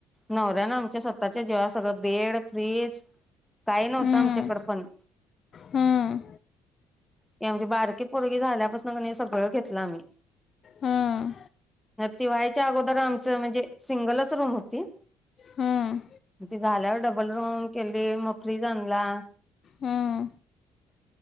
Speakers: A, in the centre; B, on the left.
A: नवऱ्यान आमच्या स्वतः जेव्हा सगळं बेड फ्रीज काही नव्हतं
B: हं,
A: आमच्याकड पण
B: हं,
A: या म्हणजे बारकीे पोरगी झाल्यापसन कणी सगळं घेतलं आम्ही.
B: हां
A: ते व्हायच्या अगोदर आमचं म्हणजे सिंगलच रूम होती
B: हं,
A: ते झाल्यावर डबल रूम केली मग फ्रिज आणला
B: हम